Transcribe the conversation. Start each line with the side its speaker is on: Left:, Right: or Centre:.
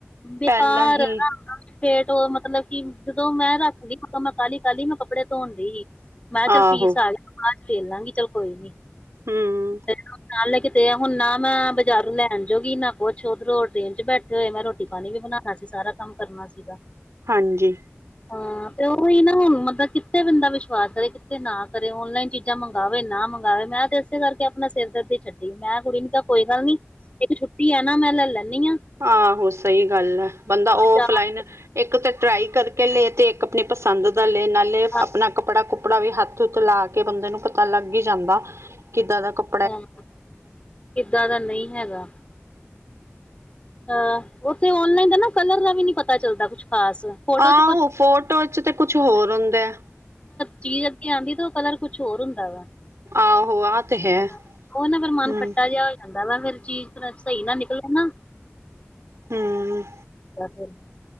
Left: ਬੇਕਾਰ
Right: ਪਹਿਲਾਂ ਹੀ
Left: ਏ ਨਾ ਫੇਟ ਓ ਮਤਲਬ ਕਿ ਜਦੋਂ ਮੈਂ ਰੱਖਦੀ ਉਦੋਂ ਮੈਂ ਕਾਲੀ-ਕਾਲੀ ਮੈਂ ਕੱਪੜੇ ਤੋਨ ਦੀਹੀ। ਮੈਂ ਚੱਲ
Right: ਆਹੋ
Left: ਫੀਸ ਆਲੇ ਬਾਦ ਚ ਵੇਖ ਲਾਂਗੀ, ਚੱਲ ਕੋਈ ਨੀ
Right: ਹਮ।
Left: <unintelligible> ਨਾਲ ਲੈ ਕਿੱਤੇ ਆ ਹੁਣ ਨਾ ਮੈਂ ਬਾਜ਼ਾਰ ਲੈਣ ਜੋਗੀ ਨਾ ਕੁਛ ਉਧਰੋਂ ਟ੍ਰੇਨ ਚ ਬੈਠੇ ਹੋਏ, ਮੈਂ ਰੋਟੀ ਪਾਣੀ ਵੀ ਬਣਾਉਣਾ ਸੀ ਸਾਰਾ ਕੰਮ ਕਰਨਾ ਸੀਗਾ।
Right: ਹਾਂਜੀ।
Left: ਹਾਂ ਤੇ ਉਹੀ ਨਾ ਹੁਣ ਮਤਲਬ ਕਿੱਥੇ ਬੰਦਾ ਵਿਸ਼ਵਾਸ ਕਰੇ, ਕਿੱਥੇ ਨਾ ਕਰੇ। ਔਨਲਾਈਨ ਚੀਜ਼ਾਂ ਮੰਗਾਵੇ, ਨਾ ਮੰਗਗਾਵੇ। ਮੈਂ ਤੇ ਇਸੇ ਕਰਕੇ ਆਪਣਾ ਸਿਰ ਦਰਦ ਹੀ ਛੱਡੀ, ਮੈਂ ਕੁੜੀ ਨੂੰ ਤਾਂ ਕੋਈ ਗੱਲ ਨੀ ਇੱਕ ਛੁੱਟੀ ਆ ਨਾ ਮੈਂ ਲੈ ਲੈਣੀ ਆ
Right: ਆਹੋ ਸਹੀ ਗੱਲ ਹੈ, ਬੰਦਾ ਔਫਲਾਈਨ
Left: ਜਾਣਾ
Right: ਇੱਕ ਤੇ ਟਰਾਈ ਕਰਕੇ ਲੈ ਤੇ ਆਪਣੀ ਪਸੰਦ ਦਾ ਲੈਣ, ਨਾਲੇ
Left: ਹਾਂ
Right: ਆਪਣਾ ਕੱਪੜਾ, ਕੁਪੜਾ ਵੀ ਹੱਥ ਤੁਤਲਾਕੇ ਬੰਦੇ ਨੂੰ ਪਤਾ ਲੱਗ ਹੀ ਜਾਂਦਾ, ਕਿੱਦਾਂ ਦਾ ਕਪ
Left: ਹੋ ਕਿੱਦਾਂ ਦਾ ਨਹੀਂ ਹੈਗਾ। ਅ ਉੱਥੇ ਆਨਲਾਈਨ ਦਾ ਨਾ ਕਲਰ ਦਾ ਵੀ ਨਹੀਂ ਪਤਾ ਚੱਲਦਾ ਕੁਛ ਖ਼ਾਸ। ਫੋਟੋ
Right: ਆਹ
Left: ਚ
Right: ਉਹ ਫੋਟੋ ਚ ਤੇ ਕੁਛ ਹੋਰ ਹੁੰਦਾਂ ਐ।
Left: ਚੀਜ਼ ਅੱਗੇ ਆਂਦੀ ਤਾਂ ਉਹ ਕਲਰ ਕੁਛ ਹੋਰ ਹੁੰਦਾਂ ਵਾ।
Right: ਆਹੋ ਆਹ ਤੇ ਹੈ
Left: ਹ ਉਹ ਨਾ ਫਿਰ ਮਨ
Right: ਹਮ
Left: ਖੱਟਾ ਜਿਹਾ ਹੋ ਜਾਂਦਾ ਵਾ, ਫਿਰ ਚੀਜ਼ ਸਹੀ ਨਾ ਨਿਕਲੇ ਨਾ।
Right: ਹਮ
Left: <unintelligible>